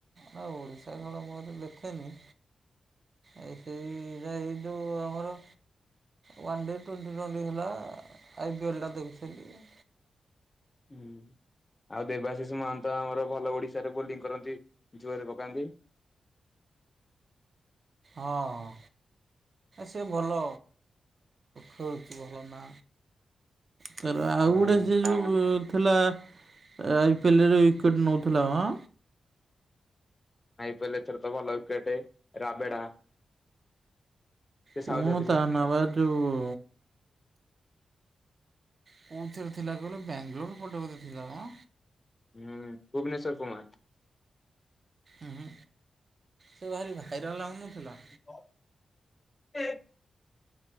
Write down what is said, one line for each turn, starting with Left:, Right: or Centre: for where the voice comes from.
Right: ନା ଓଡିଶା ଖେଳ ମୁଁ ଏତ ଦେଖେନି। ଏ ସେଇଟା ଏଇ ଯୋଉ ଆମର ୱାନ୍ ଡେ ଟ୍ୱେଣ୍ଟି ଟ୍ୱେଣ୍ଟି ହେଲା ଆଇ ପିଏଲ୍ଟା ଦେଖୁଥିଲି।
Left: ହୁଁ। ଆଉ ଦେବାଶିଷ ମହାନ୍ତ ଆମର ଭଲ ଓଡ଼ିଶାରେ ବୋଲିଂ କରନ୍ତି ଜୁଆରେ ପକାନ୍ତି।
Right: ହ ହ। ସେ ଭଲ ଖେଳୁଚି ଭଲ ନା ତାର ଆଉ
Left: ହଁ
Right: ଗୋଡେ ସେ ଯୋଉ ଥିଲା। ଆଇ ପିଏଲ୍ରରେ ଉଇକେଟ୍ ନଉଥିଲା ଅଁ।
Left: ଆଇପିଲ୍ ଥର ତ ଭଲ ୱିକେଟ ରାବେଡା। ସେ
Right: କଣ
Left: ସାଉଥ ଆଫ୍ରିକା
Right: ତା
Left: ପ୍ଲେୟାର।
Right: ନା ବା ଯୋଉ କୋଉଥିରେ ଥିଲା କହିଲ ବାଙ୍ଗୋଲୋର ପଟେ ବୋଧେ ଥିଲା ମ
Left: ହୁଁ ଭୁବନେଶ୍ଵର କୁମାର।
Right: ଉଁ ହୁଁ ସେ ଭାରି ଭାଇରାଲ୍ ହେଉନଥିଲା।
Left: ଓ ଏ।